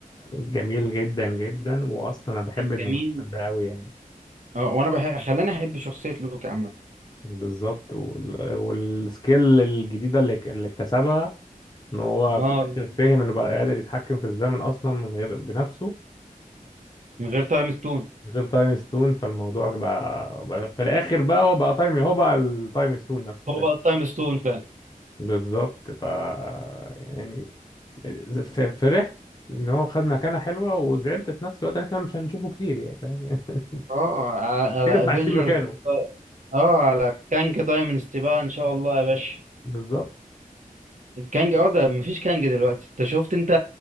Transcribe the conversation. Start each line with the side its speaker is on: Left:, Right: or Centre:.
Left: جميل جدا جدا واصلا انا بحب
Right: كان
Left: الممثل
Right: جميل
Left: ده قوي يعني
Right: اه وانا بحب خلاني احب شخصيه لوكي عامه
Left: بالظبط وال- والسكيل الجديده اللي اللي اكتسبها ان هو
Right: اه
Left: في الاخر فهم انه بقى قادر يتحكم في الزمن اصلا من غير بنفسه
Right: من غير تايم ستون
Left: من غير تايم ستون فالموضوع بقى, بقى في الاخر بقى هو بقى تايم هو بقى التايم ستون نفسه
Right: هو بقى التايم ستون فعلا
Left: بالظبط ف يعني ف- فرحت ان هو خد مكانه حلوه وزعلت في نفس الوقت ان احنا مش هنشوفه كتير يعني فاهم يعني <laughs>
Right: اه على
Left: مش
Right: على
Left: هينفع
Right: افنجرز
Left: اسيب مكانه
Right: اه على كانج دايمنستي بقى ان شاء الله يا باشا
Left: بالظبط
Right: الكانج اه ده مفيش كانج دلوقتي انت شفت انت